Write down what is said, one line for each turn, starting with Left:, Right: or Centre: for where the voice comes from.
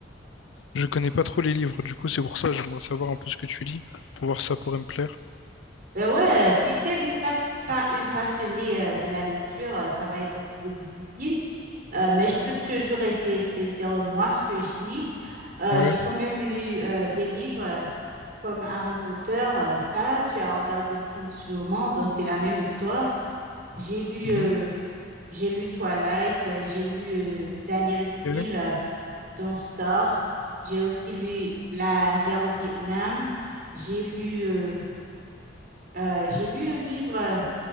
Left: je connais pas trop les livres. Du coup, c'est pour ça, j'aimerais savoir un peu ce que tu lis, pour voir si ça pourrait me plaire.
Right: Ben ouais, euh, si t'es déjà pas eu passionné, euh, de la lecture, euh, ça va être un petit peu difficile, Euh, mais je peux toujours essayer de dire moi ce que je lis. Euh,
Left: Ouais.
Right: j'ai quand même lu, euh, des livres. euh, Comme Harry Potter, euh, ça, tu as regardé le film sûrement, donc c'est la même histoire. J'ai lu,
Left: Mhm.
Right: euh, j'ai lu Twilight, euh, j'ai lu euh, Daniel Steele
Left: Ok.
Right: euh, dans Star, j'ai aussi lu La guerre au Vietnam, j'ai lu, euh, euh, j'ai lu un livre euh,